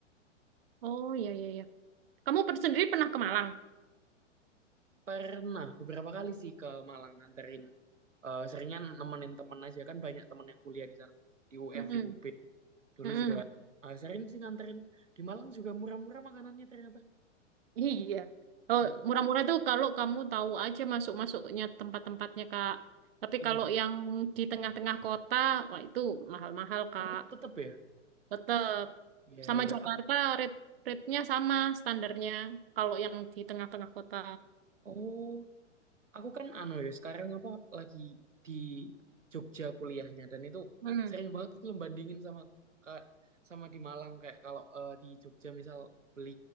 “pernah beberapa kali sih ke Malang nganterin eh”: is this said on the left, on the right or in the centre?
Right